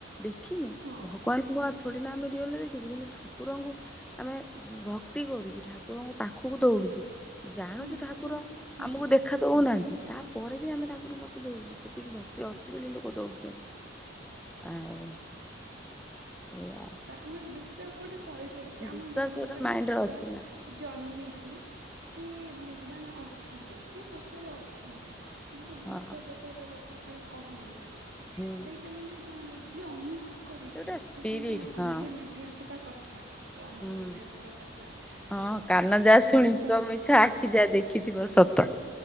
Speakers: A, in the centre; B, on the right.
A: ଦେଖିନୁ
B: ହଁ
A: ଭଗବାନଙ୍କୁ କ ଥୋଡ଼ିନା ଆମେ ରିୟଲରେ ଦେଖିଚୁ କିନ୍ତୁ ଠାକୁରଙ୍କୁ ଆମେ ଭକ୍ତି କରୁଚୁ ଠାକୁରଙ୍କ ପାଖକୁ ଦୌଡୁଚୁ ଜାଣୁଚୁ
B: ହଁ
A: ଠାକୁର
B: ସେଇଟା ହୁଁ
A: ଆମକୁ ଦେଖ ଦେଖା ଦୋଉନାହାନ୍ତି ତାପରେ ବି ଆମେ ଠାରଙ୍କକୁ ଦୌଡୁଚୁ ସେତିକି ଭକ୍ତି ଅଛି ବୋଲି ଲୋକ ଦୌଡୁଚନ୍ତି। ଆଉ ସେୟା।
B: ଆମେ ବିଶ୍ଵାସ ଗୋଟେ କରି ଯାଇଚେ ଆମ
A: ବିଶ୍ଵାସ
B: ମନରେ ଗୋଟେ
A: ମାଇଣ୍ଡରେ
B: ବିଶ୍ଵାସ
A: ଅଛି ନା
B: ଜନ୍ମିଚି କି ଭଗବାନ ଅଛନ୍ତି କି ସତରେ ଅଛନ୍ତି? କିନ୍ତୁ ଯୋଉ
A: ହଁ
B: ଭୂତ ପ୍ରେତ ଯୋଉ କଥା ଆପଣ କହିଲେ
A: ହୁଁ।
B: ସେଇଟା ମାନେ ଯା ଯିଏ ଅନୁଭବ କରିଚି
A: ସେଟା ସ୍ପିରିଟ
B: ଯୋଉ କୁହନ୍ତି ନା
A: ହଁ
B: ଅଙ୍ଗେ ଲିଭେଇଥିବା କଥା ଅଙ୍ଗେ
A: ହୁଁ।
B: ଲିଭେଇଥିବା କଥା
A: ହଁ
B: ଯଦି
A: କାନ
B: ଜଣେ
A: ଯାହା
B: ଅନୁଭବ
A: ଶୁଣିଥିବ
B: କରିଚି
A: ମିଛ ଆଖି ଯାହା ଦେଖିଥିବ ସତ